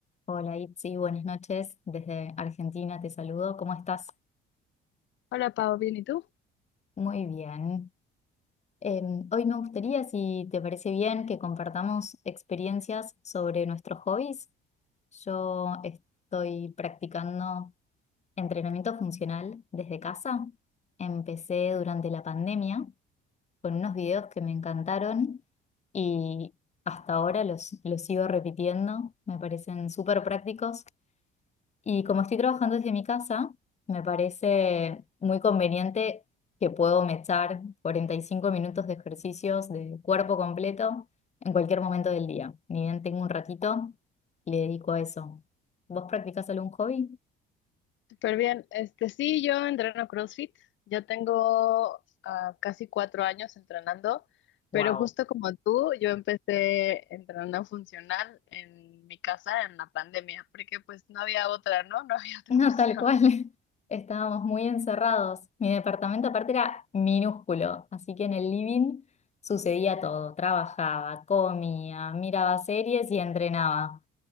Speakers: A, on the left; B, on the left.
A: Hola Itzi, buenas noches. Desde Argentina te saludo. ¿Cómo estás?
B: Hola Pau, bien, ¿y tú?
A: Muy bien. Em, hoy me gustaría, si te parece bien, que compartamos experiencias sobre nuestros hobbies. Yo estoy practicando entrenamiento funcional desde casa. Empecé durante la pandemia con unos videos que me encantaron y hasta ahora los, los sigo repitiendo. Me parecen súper prácticos Y como estoy trabajando desde mi casa, me parece muy conveniente que puedo me echar 45 minutos de ejercicios de cuerpo completo en cualquier momento del día. Ni bien tengo un ratito, le dedico a eso. ¿Vos practicás algún hobby?
B: Súper bien. Este, sí, yo entreno CrossFit. Ya tengo ah, casi cuatro años entrenando,
A: ¡Wow!
B: pero justo
A: <laughs>
B: como tú, yo empecé entrenando funcional en mi casa en la pandemia, porque pues no había otra, ¿no? <laughs> No había otra
A: No,
B: opción.
A: tal cual. <laughs> Estábamos muy encerrados. Mi departamento aparte era minúsculo, así que en el living sucedía todo. Trabajaba, comía, miraba series y entrenaba.